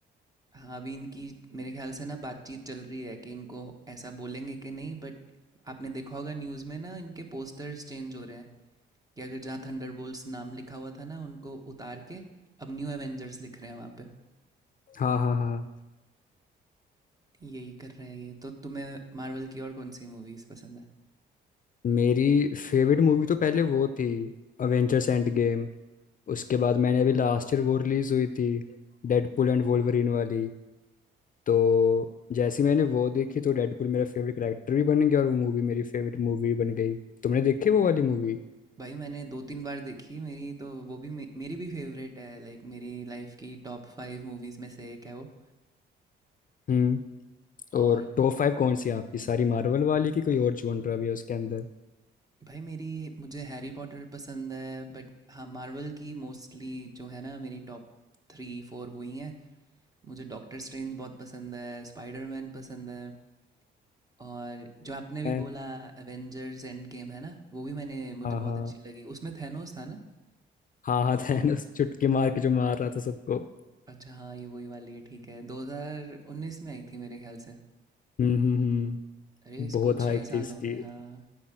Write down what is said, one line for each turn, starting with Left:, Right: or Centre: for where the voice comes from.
Right: हाँ अभी इनकी मेरे ख्याल से ना बातचीत चल रही है कि इनको ऐसा बोलेंगे कि नहीं बट आपने देखा होगा न्यूज़ में ना इनके पोस्टर्स चेंज हो रहे हैं कि अगर जहाँ थंडरबोल्ट्स नाम लिखा हुआ था ना उनको उतार के अब न्यू एवेंजर्स लिख रहे हैं वहाँ पे
Left: हाँ हाँ हाँ
Right: यही कर रहे हैं ये तो तुम्हें मार्वल की और कौन सी मूवीज़ पसंद है
Left: मेरी फेवरेट मूवी तो पहले वो थी अवेंजर्स एंड गेम उसके बाद मैंने अभी लास्ट ईयर वो रिलीज हुई थी डेडपुल एंड वोल्वरीन वाली तो जैसे ही मैंने वो देखी तो डेडपुल मेरा फेवरेट कैरेक्टर भी बन गया और वो मूवी मेरी फेवरेट मूवी भी बन गई तुमने देखी वो वाली मूवी
Right: भाई मैंने दो तीन बार देखी मेरी तो वो भी मे, मेरी भी फेवरेट है लाइक मेरी लाइफ की टॉप फाइव मूवीज़ में से एक है वो
Left: हम्म
Right: और
Left: और टॉप फाइव कौन सी है आपकी सारी मार्वल वाली की कोई और जॉनरा भी है उसके अंदर
Right: भाई मेरी मुझे हैरी पॉटर पसंद है बट हाँ मार्वल की मोस्टली जो है ना मेरी टॉप थ्री फोर वही हैं मुझे डॉक्टर स्ट्रेंज बहुत पसंद है स्पाइडरमैन पसंद है और जो आपने भी
Left: मैं
Right: बोला एवेंजर्स एंड गेम है ना वो भी मैंने मुझे
Left: हाँ
Right: बहुत
Left: हाँ
Right: अच्छी लगी उसमें थैनोस था ना
Left: हाँ हाँ थैनोस चुटकी मार के जो मार रहा था सबको
Right: अच्छा हाँ ये वही वाली है ठीक है 2019 में आई थी मेरे ख्याल से
Left: हम्म हम्म हम्म
Right: अरे इसको
Left: बहुत हाइप
Right: छः साल
Left: थी इसकी
Right: हो गए हाँ